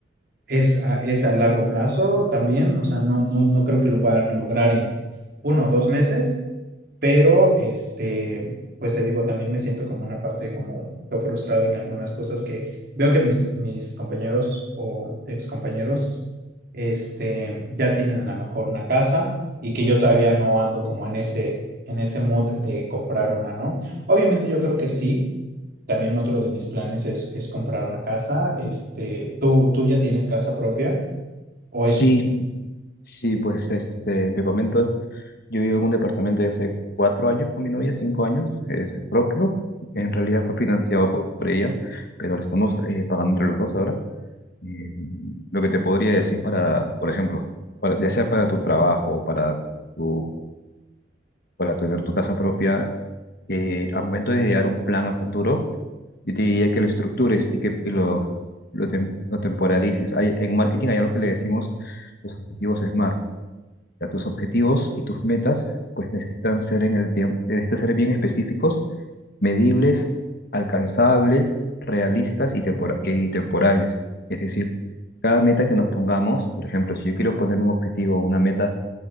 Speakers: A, on the right; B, on the left.
A: es a, es a largo plazo también, o sea, no, no, no creo que lo pueda lograr en uno o dos meses, pero este, pues te digo, también me siento como una parte como un poquito frustrado en algunas cosas que veo que mis, mis compañeros o excompañeros este, ya tienen a lo mejor una casa y que yo todavía no ando como en ese, en ese mood de comprar una, ¿no? Obviamente yo creo que sí, también otro de mis planes es, es comprar una casa. Este, ¿tú, tú ya tienes casa propia o
B: Sí,
A: es
B: sí, pues este, te comento, yo vivo en un departamento de hace cuatro años con mi novia, cinco años, es propio, en realidad fue financiado por, por ella, pero lo estamos eh, pagando entre los dos ahora. Eh, lo que te podría decir para, por ejemplo, para, ya sea para tu trabajo, para tu, para tener tu casa propia, eh, al momento de idear un plan a futuro, yo te diría que lo estructures y que y lo, lo, tem- lo temporalices. Hay, en marketing hay algo que le decimos los objetivos SMART. O sea, tus objetivos y tus metas pues necesitan ser en el tiempo, necesitan ser bien específicos, medibles, alcanzables, realistas y, tempora- y temporales. Es decir, cada meta que nos pongamos, por ejemplo, si yo quiero poner un objetivo o una meta